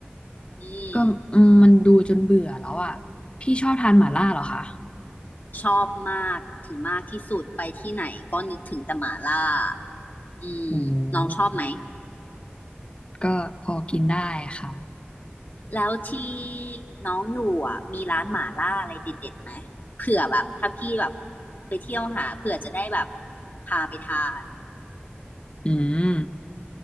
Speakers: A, on the left; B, on the left.
A: อืม
B: ก็อืมมันดูจนเบื่อแล้วอะพี่ชอบทานหม่าล่าเหรอคะ
A: ชอบมากถึงมากที่สุดไปที่ไหนก็นึกถึงแต่หม่าล่าอืมน้องชอบไหม
B: โอืมก็พอกินได้ค่ะ
A: แล้วที่น้องอยู่อ่ะมีร้านหม่าล่าอะไรเด็ดๆไหมเผื่อแบบถ้าพี่แบบไปเที่ยวหาเผื่อจะได้แบบพาไปทาน
B: อืม